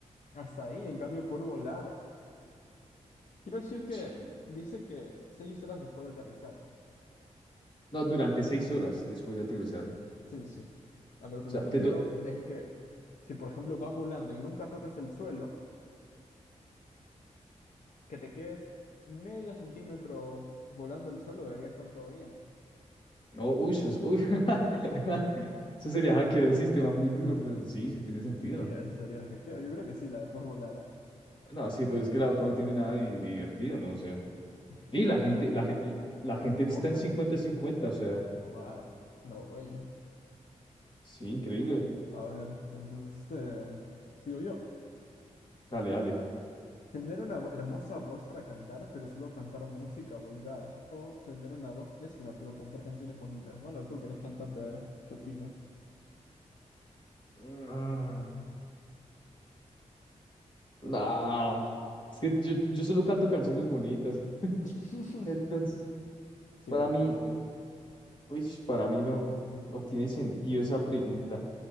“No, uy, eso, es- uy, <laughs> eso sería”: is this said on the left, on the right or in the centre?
Left